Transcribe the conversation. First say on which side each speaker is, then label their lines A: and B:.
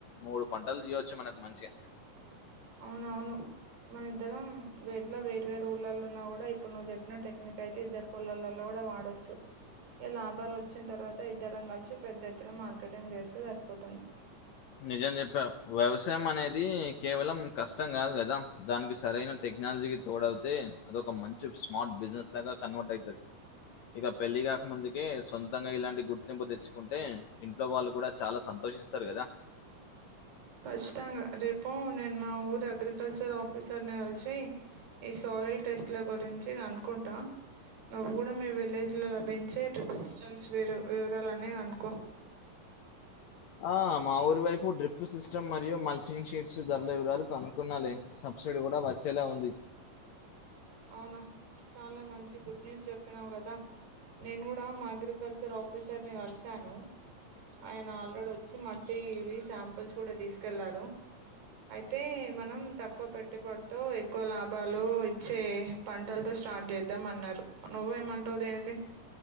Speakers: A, on the left; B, on the right.
A: మూడు పంటల్ తీయొచ్చు మనకు మంచిగ
B: అవునవును. మన ఇద్దరం వే ఎట్లా వేర్ వేర్ ఊళ్ళల్లో ఉన్నా గూడా ఇప్పుడు నువ్వు చెప్పిన టెక్నిక్ అయితే ఇద్దర్ పొలాలల్లో కుడ వాడచ్చు. ఇగ లాభాల్ వచ్చిన్ తర్వాత ఇద్దరం కల్సి పెద్ద ఎత్తున మార్కెటింగ్ చేస్తే సరిపోతది.
A: నిజం చెప్పావ్ వ్యవసాయం అనేది కేవలం కష్టం కాదు కదా దానికి సరైన టెక్ క్నాలజీకి తోడవుతే అదొక మంచి సస్మార్ట్ బిజినెస్ లాగా కన్వర్ట్ అయితది. ఇగ పెళ్ళగాక ముందుకే సొం తంగ ఇలాంటి గుర్తింపు తెచ్చుకుంటే ఇంట్లో వాళ్ళు కూడా చాలా సంతోషిస్తారు కదా
B: కచ్చితంగ రేపూ నేన్ మా ఊర్ అగ్రికల్చర్ ఆఫీసర్ని కల్సి ఈ సాయిల్ టెస్ట్ల గురించి కనుక్కుంట. ఆ నువ్వు గుడా మీ విలేజ్లో లభించే ట్రిప్ సిస్టమ్స్ వి వివరాలన్ని కనుకో
A: ఎ ఆ మా ఊరి వైపు డ్రిప్ సిస్టమ్ మరియు మల్సింగ్ షీట్స్ ధరల వివరాలు కనుకున్నాలి సబ్సిడి కూడా వచ్చేలా ఉంది
B: అవునా చాలా మంచి గుడ్ న్యూస్ చెప్పినావు కదా నేను కూడా మా అగ్రికల్చర్ ఆఫీసర్ ని కలిసాను ఆయన ఆల్రెడీ వచ్చి మట్టి ఇవి శాంపుల్స్ కూడా తీసుకెళ్లారు అయితే మనం తక్కువ పెట్టుబడితో ఎక్కువ లాభాలు చే పంటలతో స్టార్ట్ చేద్దాం అన్నారు నువ్వే ఏమంటావు దేనికి